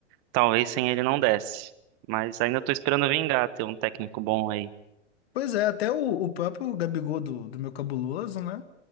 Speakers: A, on the right; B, on the left.
A: talvez sem ele não desse. Mas ainda tô esperando vingar ter um técnico bom aí.
B: Pois é, até o, o próprio Gabigol do, do meu cabuloso, né?